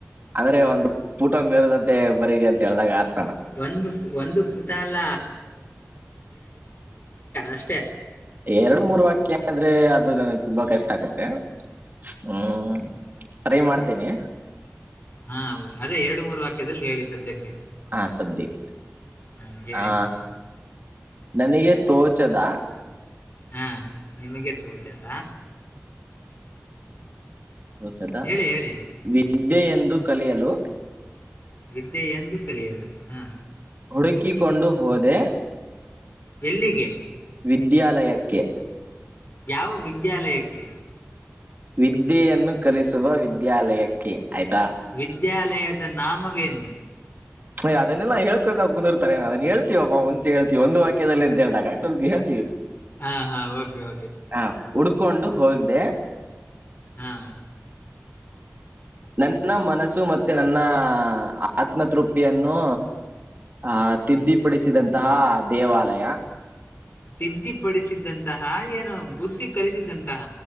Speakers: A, on the right (about 45°); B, on the left (about 45°).
A: ಅಂದ್ರೆ ಒಂದು ಪಊಟ ಮೇರದಂತೆ ಬರರಿ ಅಂತ ಹೇಳ್ದಾಗ ಆತ
B: ಒಂದು ಒಂದು ಪುಟಾಲ ಅಷ್ಟೇ
A: ಎರಡು ಮೂರು ವಾಕ್ಯ ಅಂದ್ರೆ ಅದು ನನಗೆ ತುಂಬಾ ಕಷ್ಟ ಆಗುತ್ತೆ ಹ್ಮ್ ಟ್ರೈ ಮಾಡ್ತೇನಿ
B: ಹಾ ಅದೇ ಎರಡು ಮೂರು ವಾಕ್ಯದಲ್ಲಿ ಹೇಳಿ ಸದ್ಯಕ್ಕೆ
A: ಹ ಸದ್ಯಕ್ಕೆ
B: ಹ್ಮ್, ಹೇಳಿ
A: ಆ ನನಗೆ ತೋಚದ
B: ಹಾ ನಿಮಗೆ ತೋಸೆ ಅದಾ
A: ೋಚದ
B: ಹೇಳಿ ಹೇಳಿ
A: ವಿದ್ಯೆೆ ಎಂದು ಕಲಿಯಲು
B: ವಿಿದ್ಯ ಎಂದ ಕಲಿಯಲ್ಲ ಹ್ಮ
A: ಹುಡುಕಿಕೊಂಡು ಹೋದೆ
B: ಎಲ್ಲಿಗೆ
A: ವಿದ್ಯಾಲಯಕ್ಕೆ
B: ಯಾವ ವಿದ್ಯಾಲಯಕ್ಕೆ
A: ವಿದ್ಯೆಯನ್ನು ಕಲಿಸುವ ವಿದ್ಯಾಲಯಕ್ಕೆ ಆಯ್ತಾ
B: ವಿದ್ಯಾಲಯದ ನಾಮ ನು
A: ನಯ್ದನ್ನೆಲ್ಲ ಹೇಕೊಂತಾ ಕುಿರ್ತಾರೆ ಅದ ಹೇಳ್ತೀವಪ್ಪ ಒಂಚೆ ಹೇಳ್ತಿವಿ ಒಂದು ವಾಕ್ಯದಲ್ಲಿ ಅಂತ ಹೇಳ್ದಾಗಂಟೋರ್ಗ್ ಹೇತತಿ
B: ಹಾ ಹಾ ಯಹ
A: ಹಾ ಹುಡ್ಕೊಂಡು ಹೋಗ್ದ
B: ಹಾ
A: ನನ್ನ ಮನಸ್ಸು ಮತ್ತೆ ನನ್ನ ಆತ್ಮತೃಪ್ತಿಯನ್ನು ಆಹ ತಿದ್ದಿಪಡಿಸಿದಂತಹ ದೇವಾಲಯ
B: ತಿದ್ದಿಪಡಿಸಿದ್ದಂತಹ ಏನು ಬುದ್ಧಿ ಕಲಿಸಿದಂತಹ